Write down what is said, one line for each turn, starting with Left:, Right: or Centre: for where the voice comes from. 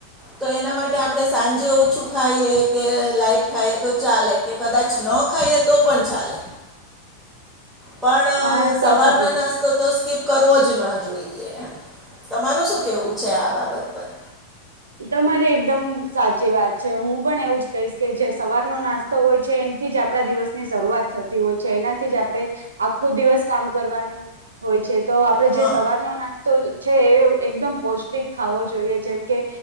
Centre: તો એના માટે આપડે સાંજે ઓછું ખાઈએ કે લાઈટ ખાઈએ તો ચાલે કે કદાચ ન ખાઈએ તો પણ ચાલે. પણ
Right: હા
Centre: સવારના
Right: સાચું કીધું
Centre: નાસતો તો સ્કીિપ કરવો જ ન જોઈએ એમ તમારું શું કેવું છે આ બાબત પર.
Right: તમારી એકદમ સાચી વાત છે. હું પણ એવું જ કહીશ કે જે સવારનો નાસ્તો હોય છે એ થી જ આપડા દિવસની શરૂઆત થતી હોય છે. એનાથી જ આપડે આખો દિવસ કામ કરવાનું હોય છે તો આપડે
Centre: હા
Right: જે સવારનો નાસ્તો છે એ એકદમ પૌષ્ટિક ખાવો જોઈએ જેમ કે